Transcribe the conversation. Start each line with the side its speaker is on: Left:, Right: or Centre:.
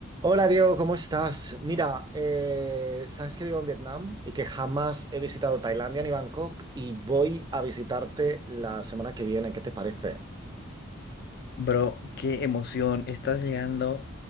Right: Hola Diego, ¿cómo estás? Mira, eh, sabes que vivo en Vietnam y que jamás he visitado Tailandia ni Bangkok y voy a visitarte la semana que viene. ¿Qué te parece?
Left: Bro, qué emoción, estás llegando.